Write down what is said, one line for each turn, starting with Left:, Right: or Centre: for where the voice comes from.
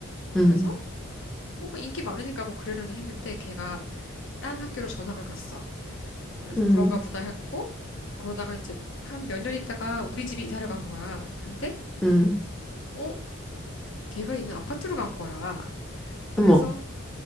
Left: 그래서
Centre: 음,
Left: 뭔가 인기 많으니까 뭐 그러려니 했는데 걔가 딴 학교로 전학을 갔어. 그래서
Centre: 음,
Left: 그런가 보다 했고 그러다가 이제 한 몇 년 있다가 우리 집이 이사를 간 거야. 근데
Centre: 음.
Left: 어 걔가 있는 아파트로 간 거야. 그래서
Centre: 어머,